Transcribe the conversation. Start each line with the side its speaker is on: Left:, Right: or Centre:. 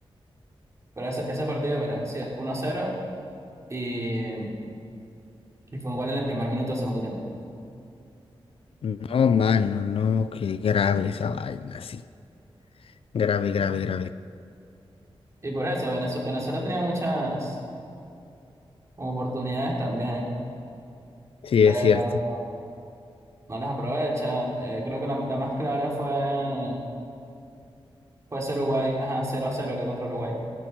Right: pero ese, ese partido, mira, sí, 1-0 y, y fue un gol en el primer minuto del segundo tiempo.
Left: No, mano, no, qué grave esa vaina, sí. Grave, grave,
Right: Y,
Left: grave.
Right: y por eso, Venezue- Venezuela tenía muchas como oportunidades también,
Left: Sí,
Right: pero...
Left: es cierto.
Right: No las aprovecha. Eh, creo que la, la más clara fue, fue ese Uruguay, ajá, cero a cero que contra Uruguay,